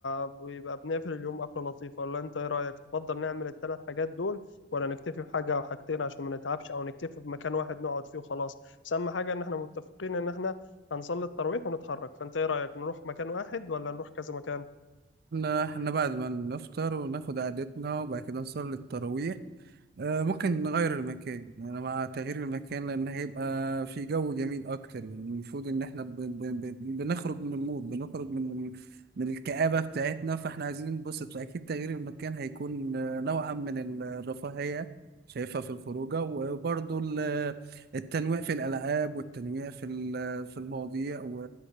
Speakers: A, on the left (about 80°); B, on the right (about 55°).
A: بيبقى بنقفل اليوم قفلة لطيفة ولا انت ايه رأيك تفضل نعمل الثلاث حاجات دول ولا نكتفي بحاجة أو حاجتين عشان ما نتعبش أو نكتفي بمكان واحد نقعد فيه وخلاص بس أهم حاجة إن إحنا متفقين إن إحنا هنصلي التراويح ونتحرك فأنت إيه رأيك نروح مكان واحد ولا نروح كذا مكان؟
B: إحنا إحنا بعد ما نفطر وناخد قعدتنا وبعد كده نصلي التراويح آه، ممكن نغير المكان انا مع تغيير المكان لان هيبقى في جو جميل اكتر يعني المفروض ان احنا ب... ب... ب... بنخرج من المود بنخرج من ال... من الكآبة بتاعتنا فاحنا عايزين ننبسط فاكيد تغيير المكان هيكون آه، نوعا من ال- الرفاهية شايفها في الخروجة وبرضه ال- التنويع في الألعاب والتنويع في ال- في المواضيع و...